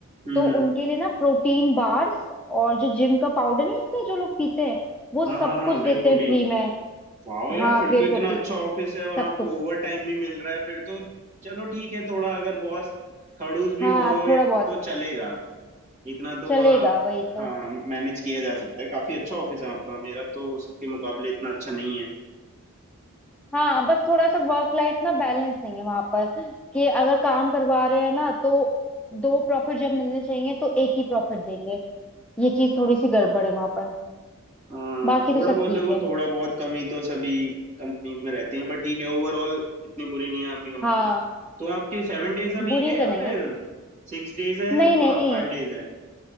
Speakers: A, on the right; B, in the centre.
A: हम्म
B: तो उनके लिए ना प्रोटीन बार्स और जो जिम का पाउडर नहीं होता जो लोग पीते हैं वो
A: हाँ
B: सब
A: हाँ हाँ
B: कुछ
A: वे
B: देते
A: प्रोटीन
B: हैं फ्री में
A: वाह यार
B: हाँ
A: फिर
B: वे
A: तो
B: प्रोटीन
A: इतना अच्छा ऑफिस है और
B: सब
A: आपको
B: कुछ
A: ओवर टाइम भी मिल रहा है फिर तो चलो ठीक है थोड़ा अगर बॉस खड़ूस भी
B: हाँ
A: हो
B: थोड़ा बहुत
A: तो चलेगा इतना तो
B: चलेगा
A: आ,
B: वही तो
A: हाँ मैनेज किया जा सकता है काफी अच्छा ऑफिस है आपका मेरा तो उसके मुकाबले इतना अच्छा नहीं है
B: हाँ बस थोड़ा सा वर्क लाइफ ना बैलेंस नहीं है वहां पर कि अगर काम करवा रहे हैं ना तो दो प्रॉफिट जब मिलने चाहिए तो एक ही प्रॉफिट देंगे ये चीज थोड़ी सी गड़बड़ है वहां पर
A: आ,
B: बाकी
A: थोड़ा
B: तो सब
A: बहुत
B: ठीक
A: देखो
B: है
A: थोड़ा बहुत कमी तो सभी कंपनीज में रहती है बट ठीक है ओवरऑल इतनी बुरी नहीं है आपकी कंपनी
B: हाँ
A: तो आपके सेवन डेज अ वीक
B: बुरी
A: है या
B: तो नहीं
A: फिर
B: है
A: सिक्स डेज है
B: नहीं नहीं
A: फाइव डेज है